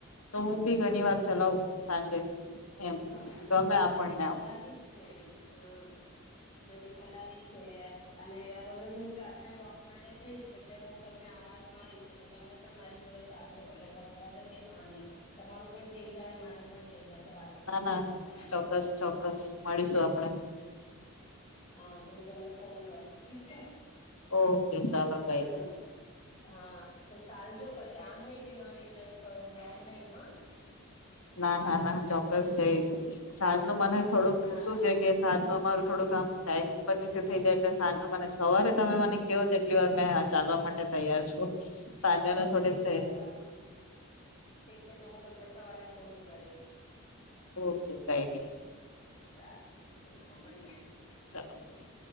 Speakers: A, on the left; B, on the left.
A: તો હું બી ઘણી વાર ચલાવ સાંજે એમ
B: હા
A: ગમે આપણને
B: નહી નઈ
A: આમ
B: ચલાવી જ જોઈએ હા અને ચલાવી જ જોઈએ અને હવે હું રાત્રે વોક માટે જઈશ એટલે હું તમને આવાજ મારીશ એટલે તમે પણ મારી જોડે ચાલજો હવે વગર કઈ બહાને તમારું પણ થઈ જાય મારી પણ થઈ જાયશે વાતો
A: ના
B: કરતા
A: ના
B: કરતા
A: ચોક્કસ ચોક્કસ મળીશું આપણે
B: હા તો હું તમને ફોન કરીશ ઠીક છે
A: ઓકે ચાલો કઈ
B: હાલો
A: ન
B: હા તો ચાલજો પછી આમ નહી કે નઈ નહી કરવુ આવુ નહી હા
A: ના ના ના ચો ક્કસ જઈશ સાજ નુ મને થોડુક
B: હા
A: શું છે કે સાજ નુ અમાર થોડુક કામ ટાઈમ ઉપર થઈ જાય એટલે સાંજનુ ને સવારે તમે મને કયો તેટલી વાર ચાલવા માટે તૈયાર છું સાંજના
B: તો
A: થોડી
B: ઠીક છે હું તમ ઠીક છે તો હું તમને સવારે ફોન કરીશ
A: ઓકે કઈબી
B: ચાલ ઠીક છે મળીએ
A: ચલો મૂકીએ